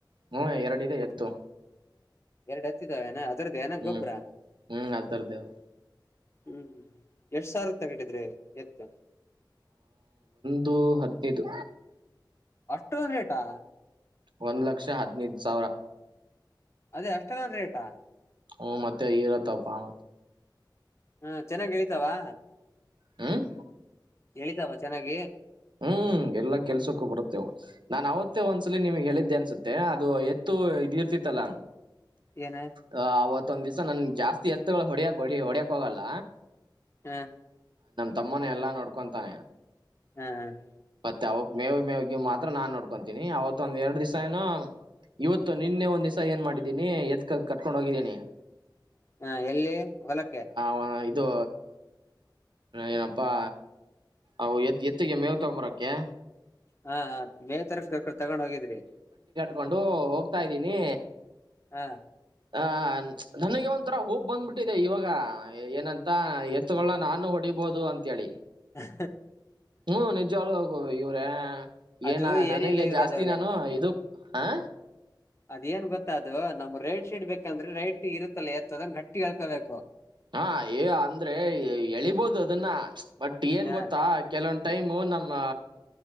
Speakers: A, on the right (about 75°); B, on the left (about 35°).
A: ಹ್ಮ ಎರಡಿದೆ ಎತ್ತು
B: <unintelligible> ಎರಡು ಹತ್ತಿದಾವೆನ ಅದ್ರದ್ದು ಏನ
A: ಹ್ಮ್
B: ಗೊಬ್ಬ್ರ
A: ಹ್ಮ್ ಅದರ್ದೇವು
B: <unintelligible> ಹ್ಮ್ ಎಷ್ಟಸಾವಿರ್ಕ ತಗೊಂಡಿದ್ರಿ ಎತ್ತ
A: ದು ಹದಿನೈದು
B: ಅಷ್ಟೊಂದು ರೇಟಾ
A: ಒಂದ್ ಲಕ್ಷ ಹದನೈದು ಸಾವ್ರ
B: ಅದ ಅಷ್ಟನದ ರೇಟಾ
A: ಹ್ಮ ಮತ್ತೆ ಇರತ್ತಪ್ಪ ಮತ್
B: ಹ್ಮ ಚೆನಾಗೆಳಿತವಾ
A: ಹ್ಮ್
B: ಹೇಳಿತಾವ ಚೆನಗಿ
A: ಹ್ಮ್ ಎಲ್ಲಾ ಕೆಲ್ಸಕ್ಕೂ ಬರುತ್ತೇವೆ ನಾನ್ ಅವತ್ತೇ ಒಂದ್ಸಲಿ ನಿಮಗೆ ಹೇಳಿದ್ದೆ ಅನ್ಸುತ್ತೆ ಅದು ಎತ್ತು ತಿಯರ್ತಿ ತಲಾ
B: ಏನ
A: ಹ ಅವತ್ತೊಂದ್ ದಿವ್ಸ ನನ್ ಜಾಸ್ತಿ ಎತ್ತಗಳು ಹೊಡ್ಯಕ್ ಹೊ ಹೊಡ್ಯಕ್ ಹೋಗಲ್ಲ
B: ಹಾ
A: ತಮ್ಮನ ಎಲ್ಲಾ ನೋಡ್ಕೊತಾನೆ
B: ಹ್ಮ್ ಹ
A: ಮತ್ತೆ ಅವಕ್ ಮೇವ್ ಮೇವ್ಗೆ ಮಾತ್ರ ನಾನ್ ನೋಡ್ಕೊಂತೀನಿ ಅವತ್ ಒಂದ ಎರಡ್ ದಿವ್ಸ ಏನೋ ಇವತ್ತು ನಿನ್ನೆ ಒಂದ್ ದಿಸ ಏನ್ ಮಾಡಿದ್ದೀನಿ ಎತ್ಕ ಕರ್ಕೊಂಡ ಹೋಗಿದಿನಿ
B: ಹಾ ಎಲ್ಲಿ ಹೊಲಕ್ಕೆೆ
A: ವ- ಇದು ಏನಪ್ಪಾ ಅವು ಎತ್ ಎತ್ತಿಗೆ ಮೇವ ತೊಂಬರ ಯಾ
B: ಹಾ ಮೇವ್ ತರ ತಗೊಂಡ್ ಹೋಗಿದ್ರಿ
A: ಕೊಂಡು ಹೋಗ್ತಾ ಇದ್ದೀನಿ
B: ಹಾ
A: ಆ ನನಗೆ ಒಂಥರ ಹೋಪ್ ಬಂದ್ಬಿಟ್ಟಿದೆ ಇವಾಗ ಏನಂತ ಎತ್ತುಗಳ ನಾನು ಹೊಡಿ ಬಹುದು ಅಂತ ಹೇಳಿ
B: ಹ
A: ಹ್ಮ ನಿಜಾವಾಗ್ಲೂ ಇವ್ರೇ
B: ಅದು
A: ಏನ ನನಗೆ
B: ಏನಿಲ್ಲ ಯುವರಾಜ್
A: ಜಾಸ್ತಿ ನಾನು ಇದಕ್ ಆ
B: ಅದೇಏನ್ ಗೊತ್ತದು ನಮ್ ರೇಟ್ ಶೀಟ್ ಬೇಕಂದ್ರೆ ರೇಟ್ ಇರುತ್ತಲ್ಲ ಎತ್ತದಂಗ ಗಟ್ಟಿ ಹೇಕೋಬೇಕು
A: ಹಾ ಅಂದ್ರೆ ಎಳಿಬೋದು ಅದನ್ನ ಬಟ್ ಏನ್
B: ಹ
A: ಗೊತ್ತಾ ಕೆಲವಂ ಟೈಮು ನಮ್ಮ